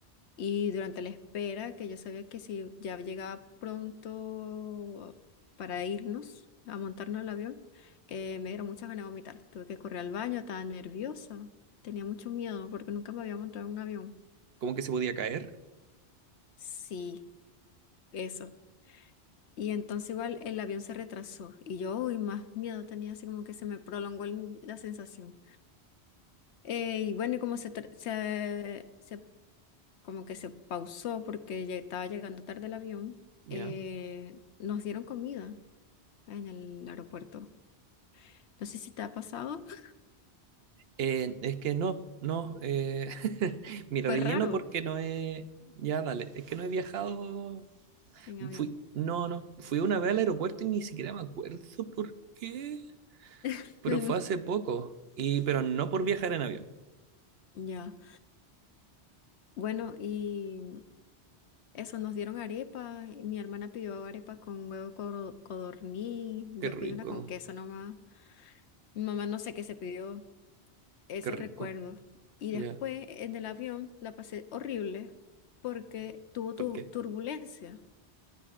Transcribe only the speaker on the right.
Como que se podía caer,
¿ya?
Eh, es que no, no, eh, <laughs> mira,
de
lleno porque no he, ya dale, es que no he viajado,
fui, no, no, fui una vez al aeropuerto y ni siquiera me acuerdo por qué,
pero fue hace poco, y, pero no por viajar en avión.
Qué rico,
qué rico,
ya,
porque